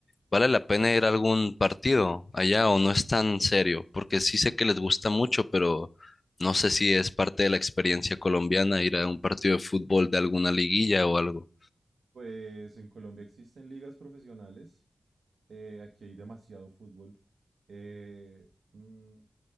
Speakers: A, on the left; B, on the right.
A: ¿Vale la pena ir a algún partido allá o no es tan serio? Porque sí sé que les gusta mucho, pero no sé si es parte de la experiencia colombiana ir a un partido de fútbol de alguna liguilla o algo.
B: Pues en Colombia existen ligas profesionales, eh, aquí hay demasiado fútbol. eh, mm,